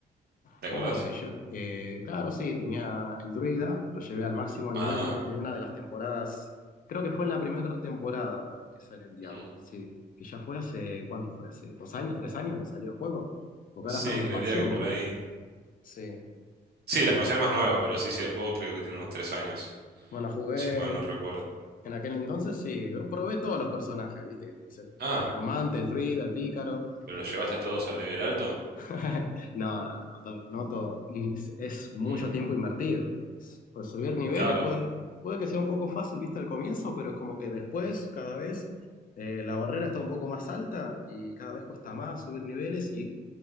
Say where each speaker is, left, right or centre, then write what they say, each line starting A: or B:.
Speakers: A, on the right; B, on the left.
A: ¿Te
B: Oh,
A: acordás?
B: eh, yo, eh, claro, sí, tenía el druida, lo llevé al máximo nivel
A: Ah,
B: en una de las temporadas. Creo que fue en la primera temporada que salió el Diablo.
A: mm.
B: Sí, que ya fue hace, ¿cuánto fue? Hace dos años, tres años que salió el juego. Porque
A: Sí,
B: ahora está una
A: creería
B: expansión,
A: que por
B: ¿viste?
A: ahí.
B: Sí.
A: Sí, la expansión es más nueva, pero sí, sí, el juego creo que tiene unos tres años,
B: Bueno, jugué.
A: si mal no recuerdo.
B: En aquel entonces sí, yo probé todos los personajes, ¿viste? Que tenés el
A: Ah,
B: negromante, el druida, el pícaro.
A: ¿pero lo llevaste
B: Este...
A: a todos al level alto?
B: <laughs> no, no, no, to- no to- Es, mucho
A: Mm,
B: tiempo invertido. Es- pues subir niveles
A: claro,
B: puede, puede que sea un poco fácil, ¿viste? Al comienzo, pero es como que después, cada vez, eh, la barrera está un poco más alta y cada vez cuesta más subir niveles y